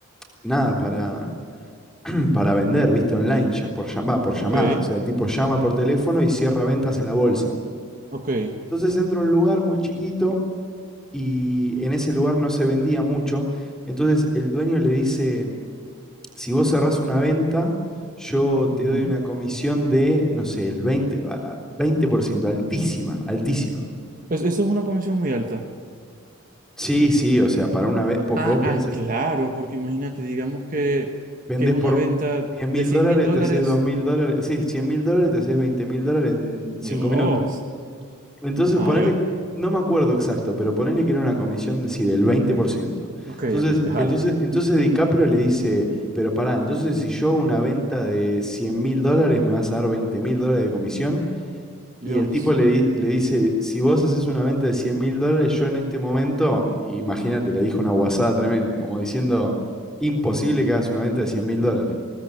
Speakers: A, in the centre; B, on the right (about 40°).
A: nada, para, <clears throat> para vender, ¿viste? Online, ya- por, llam- va, por llamada.
B: Ok,
A: O sea, el tipo llama por teléfono y cierra ventas en la bolsa.
B: ok.
A: Entonces entra a un lugar muy chiquito y en ese lugar no se vendía mucho. Entonces el dueño le dice, si vos cerrás una venta, yo
B: ujú.
A: te doy una comisión de, no sé, el 20, a- a- 20% altísima, altísima.
B: Es- eso es una comisión muy alta.
A: Sí, sí, o sea, para una vez, porque
B: Ah,
A: vos
B: ah,
A: pensás,
B: claro, porque imagínate, digamos que,
A: vendes
B: que es una
A: por
B: venta
A: diez mil
B: de cien
A: dólares,
B: mil dólares.
A: te haces dos mil dólares, sí, cien mil dólares, te haces veinte mil dólares en 5
B: Dios.
A: minutos. Entonces
B: Ajá,
A: ponele,
B: a ver.
A: no me acuerdo exacto, pero ponele que era una comisión de, sí, del veinte por ciento
B: Ok,
A: Entonces,
B: ok, es alta.
A: entonces, entonces DiCaprio le dice, pero pará, entonces si yo hago una venta de cien mil dólares me vas a dar veinte mil dólares de comisión.
B: Dios.
A: Y el tipo le, di- le dice, si vos haces una venta de 100 mil dólares, yo en este momento, imagínate, le dijo una guasada tremenda, como diciendo, imposible que hagas una venta de 100 mil dólares.